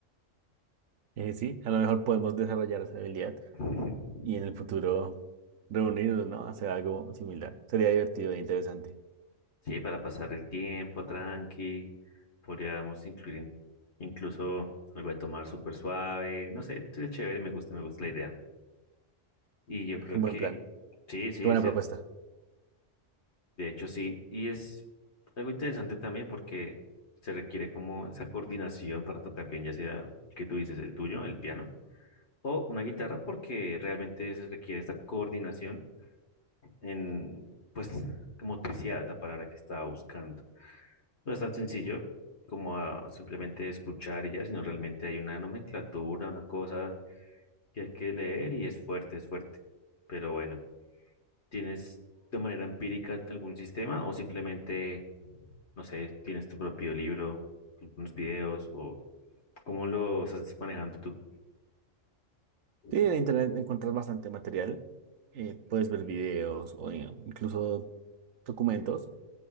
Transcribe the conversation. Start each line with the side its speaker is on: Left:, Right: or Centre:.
Right: Eh, sí, a lo mejor podemos desarrollar esa habilidad
Left: <laughs>
Right: y en el futuro reunirnos, ¿no? Hacer algo similar. Sería divertido e interesante.
Left: Sí, para pasar el tiempo tranqui. Podríamos incluir in- incluso algo de tomar súper suave. No sé, es chévere, me gusta, me gusta la idea. Y yo
Right: Es
Left: creo
Right: un buen
Left: que
Right: plan.
Left: sí, sí,
Right: Qué buena
Left: es cierto.
Right: propuesta.
Left: De hecho, sí. Y es algo interesante también porque se requiere como esa coordinación para tocar bien, ya sea el que tú dices, el tuyo, el piano o una guitarra porque realmente se requiere esta coordinación en, pues, motricidad es la palabra que estaba buscando. No es tan sencillo como a simplemente escuchar y ya, sino realmente hay una nomenclatura, una cosa que hay que leer y es fuerte, es fuerte. Pero bueno, ¿tienes de manera empírica algún sistema o simplemente, no sé, tienes tu propio libro, unos videos o cómo lo estás manejando tú? Ujú.
Right: Sí, en internet encuentras bastante material. Eh, puedes ver videos o eh, incluso documentos